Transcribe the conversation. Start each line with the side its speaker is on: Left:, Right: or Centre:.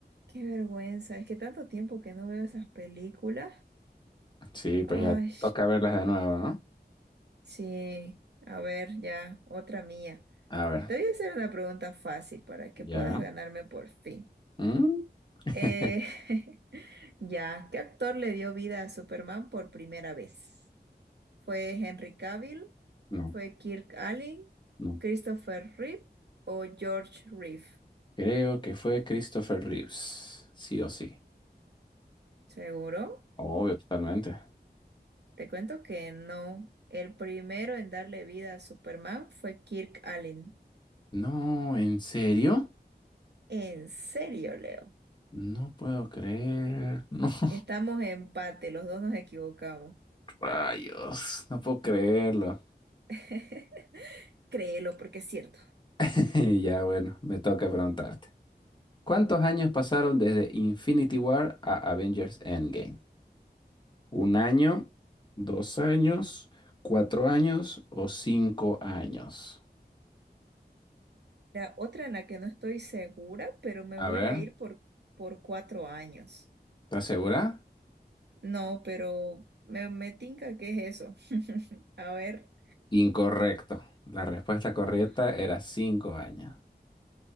Right: Qué vergüenza, es que tanto tiempo que no veo esas películas.
Left: Sí, pues
Right: Ay,
Left: ya toca verlas de nuevo, ¿no?
Right: sí, a ver, ya, otra mía.
Left: A ver,
Right: Te voy a hacer una pregunta fácil para que
Left: ya.
Right: puedas ganarme por fin.
Left: ¿Mm? <laughs>
Right: Eh, <laughs> ya, ¿qué actor le dio vida a Superman por primera vez? ¿Fue Henry Cavill?
Left: No,
Right: ¿Fue Kirk Allen?
Left: no.
Right: ¿Christopher Reeve o George Reeve?
Left: Creo que fue Christopher Reeves. Sí o sí.
Right: ¿Seguro?
Left: Obvio, totalmente.
Right: Te cuento que no. El primero en darle vida a Superman fue Kirk Allen.
Left: No, ¿en serio?
Right: ¿En serio, Leo?
Left: No puedo creer. No, <laughs>
Right: Estamos en empate, los dos nos equivocamos.
Left: rayos. No puedo creerlo.
Right: <laughs> Créelo porque es cierto.
Left: <laughs> Ya, bueno, me toca preguntarte. ¿Cuántos años pasaron desde Infinity War a Avengers Endgame? ¿Un año, dos años, cuatro años o cinco años?
Right: La otra en la que no estoy segura, pero me
Left: A
Right: voy
Left: ver,
Right: a ir por, por cuatro años.
Left: ¿estás segura?
Right: No, pero me, me tinca que es eso. <laughs> A ver.
Left: Incorrecto. La respuesta correcta
Right: Ah,
Left: era cinco años.